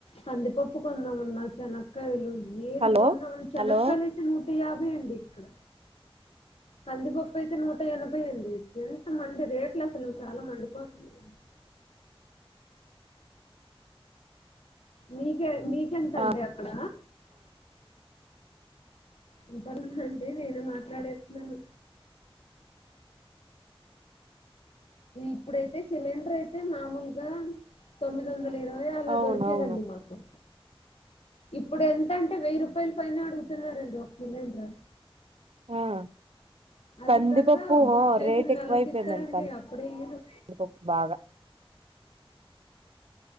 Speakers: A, on the left; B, on the right.
A: కందిపప్పు కొందామన్నా చెనక్కలు ఏది
B: హలో
A: కొన్నా చెనక్కాయలు
B: హలో
A: అయితే నూట యాభై ఎక్కువే అండి ఇక్కడ కందిపప్పు అయితే నూట ఎనభై అండి ఎంత మండే రేట్లు అసలు చాలా మండిపోతున్నాయి మీకే మీకెంతండి
B: ఆ
A: అక్కడ <inaudible> నేనే మాట్లాడేస్తున్నాను ఇప్పుడైతే సిలిండర్ అయితే మామూలుగా తొమ్మిది వందల ఇరవ అయ అలా
B: అవునవును
A: దొరికేదండి మాకు ఇప్పుడు ఎంతంటే వెయ్యి రూపాయలు పైన అడుగుతున్నారండి ఒక సిలిండర్
B: ఆ
A: అది
B: కందిపప్పు
A: కాక బుక్ చేసి
B: రేట్ ఎక్కువైపోయిందండి
A: నెలకి ఇస్తారండి అప్పుడే ఈరు
B: కందిపప్పు బాగా